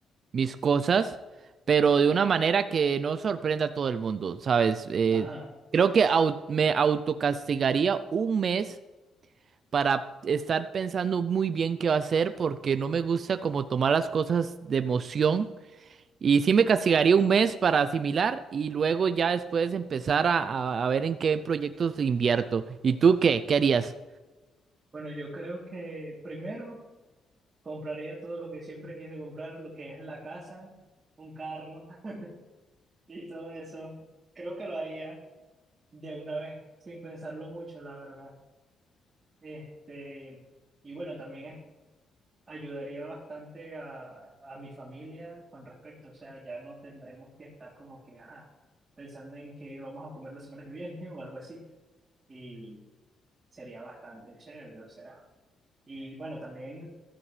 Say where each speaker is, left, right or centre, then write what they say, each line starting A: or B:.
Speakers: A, on the right; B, on the right.
A: mis cosas, pero de una manera que no sorprenda a todo el mundo, ¿sabes? Eh,
B: Ajá.
A: creo que au- me autocastigaría un mes para estar pensando muy bien qué va a hacer porque no me gusta como tomar las cosas de emoción Y sí me castigaría un mes para asimilar y luego ya después empezar a, a- a ver en qué proyectos invierto. ¿Y tú qué? ¿Qué harías?
B: Bueno, yo creo que primero. Compraría todo lo que siempre quise comprar, lo que es la casa, un carro <laughs> y todo eso. Creo que lo haría de una vez, sin pensarlo mucho, la verdad. Este, y bueno, también es- ayudaría bastante a, a mi familia con respecto. O sea, ya no tendremos que estar como que, ajá, pensando en qué vamos a comer la semana que viene <laughs> o algo así. Y sería bastante chévere, o sea. Y bueno, también.